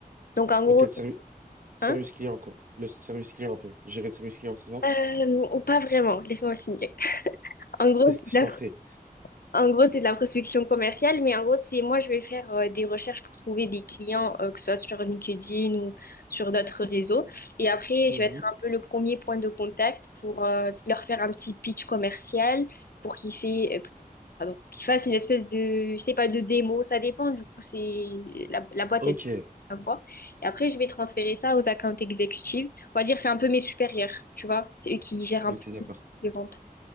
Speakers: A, on the left (about 70°); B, on the right (about 60°).
A: Donc en gros,
B: Ok, le servi- service
A: hein,
B: client, quoi. Le service client, un peu. Gérer le service client, c'est ça?
A: euh, pas vraiment, laisse-moi finir. <laughs> En
B: <laughs>
A: gros, c'est
B: Je
A: de
B: t'en
A: la
B: ferai.
A: En gros, c'est de la prospection commerciale, mais en gros, c'est moi, je vais faire euh, des recherches pour trouver des clients, euh, que ce soit sur LinkedIn ou sur d'autres réseaux. Et après,
B: Mhm.
A: je vais être un peu le premier point de contact pour euh, leur faire un petit pitch commercial pour qu'ils fait, euh, pardon, qu'ils fassent une espèce de, je sais pas, de démo. Ça dépend, du coup, c'est la, la boîte,
B: Ok,
A: elle à quoi. Et après, je vais transférer ça aux accounts exécutives. On va dire, c'est un peu mes supérieurs, tu vois. C'est eux qui gèrent
B: ok,
A: un
B: d'accord.
A: peu les ventes.